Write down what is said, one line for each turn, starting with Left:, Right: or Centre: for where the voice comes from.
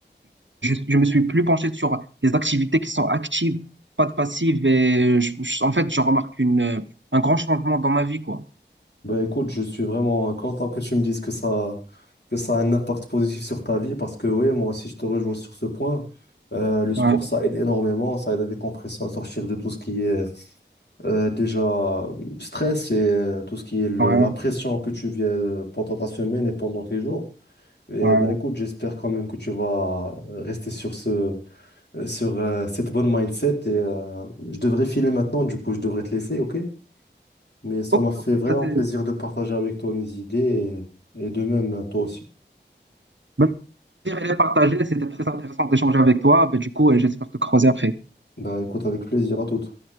Right: je, je me suis plus penché sur les activités qui sont actives, pas de passives et je- je- en fait, je remarque une, euh, un grand changement dans ma vie, quoi.
Left: Bah écoute, je suis vraiment content que tu me dises que ça, que ça a un impact positif sur ta vie parce que oui, moi aussi je te rejoins sur ce point. Euh, le sport,
Right: Ouais,
Left: ça aide énormément, ça aide à décompresser, à sortir de tout ce qui est euh, déjà stress et euh, tout ce qui est le-
Right: ouais,
Left: la pression que tu viens euh, pendant ta semaine et pendant tes jours. Et
Right: ouais.
Left: bah écoute, j'espère quand même que tu vas rester sur ce, euh, sur euh, cette bonne mindset et euh, je devrais filer maintenant, du coup je devrais te laisser, ok? Mais ça
Right: Ok,
Left: m'a fait
Right: ok,
Left: vraiment
Right: bah c'est-
Left: plaisir de partager avec toi mes idées et, et de même toi aussi.
Right: bah, le plaisir il est partagé, c'était très intéressant d'échanger avec toi. Bah, du coup, euh, j'espère te croiser après.
Left: Bah écoute, avec plaisir à toutes.